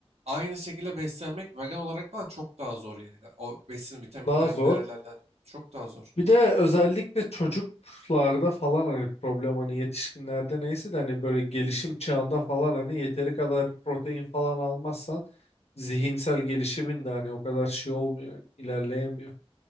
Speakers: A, on the right (about 75°); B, on the left (about 75°).
A: aynı şekilde beslenmek vegan olarak falan çok daha zor yani. O besin vitaminler
B: Daha zor.
A: minerallerden çok daha zor.
B: Bir de özellikle çocuklarda falan hani problem hani yetişkinlerde neyse de hani böyle gelişim çağında falan hani yeteri kadar protein falan almazsan zihinsel gelişimin de hani o kadar şey olmuyor, ilerleyemiyor.